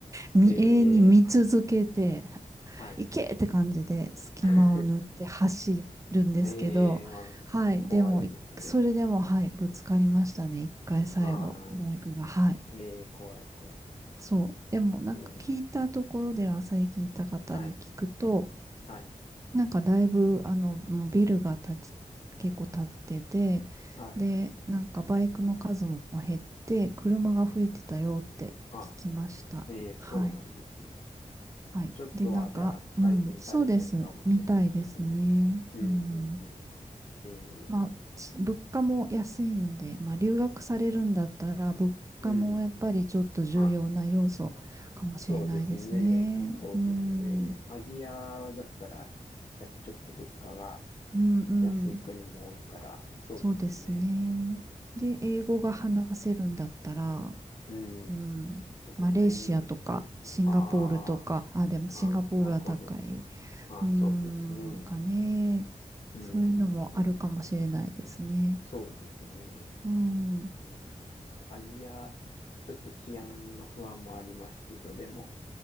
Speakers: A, on the right; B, on the left.
A: みえ永遠に見続けて、
B: えー、はい。
A: 行けって感じで隙間を縫って走るんですけど、
B: <laughs> えー、あ、
A: はい、
B: 怖いですね。
A: でも、いそれでも、はい、ぶつかりましたね、一回最後、
B: あー、
A: バイクが、はい。
B: えー、怖い、怖
A: そう。でも、なんか聞いたところでは、
B: い。えー、
A: 最近いた方に聞くと、
B: はい、はい、
A: なんかだいぶ、あの、もうビルが建ち、結構建ってて、
B: はい。
A: で、なんかバイクの数も減って、車が増えてたよって聞きました。
B: あ、えー、そうなんですね。
A: はい。はい。
B: ちょっとは、
A: で、なんか、
B: じゃあ、
A: うん、
B: 改善されてるかもしれないですね。
A: そうです。みたいですね。
B: うん、
A: うん。
B: うん、うん。え
A: まあ、
B: ー、
A: ち物価も安いので、まあ、留学されるんだったら、物価もやっぱりちょっと重要な要素かもしれないですね。
B: うん。あそうですね。そうですね。
A: うん。
B: アジアだったら、いや、ちょっと物価が
A: うんうん。
B: 安い国も多いから、そうですね。
A: そうですね。で、英語が話せるんだったら、
B: うん。
A: うん、
B: どこの辺、
A: マレーシアとか、シンガポールとか、
B: ああ、
A: あ、でもシンガポールは高い。
B: ああ、なるほど。ああ、
A: うん、
B: そうですね。
A: なんかね、
B: うん、
A: そういうのもあるかもしれないですね。
B: うん。そうですね。
A: うん、
B: うん。アジア、ちょっと治安の不安もありますけど、でも、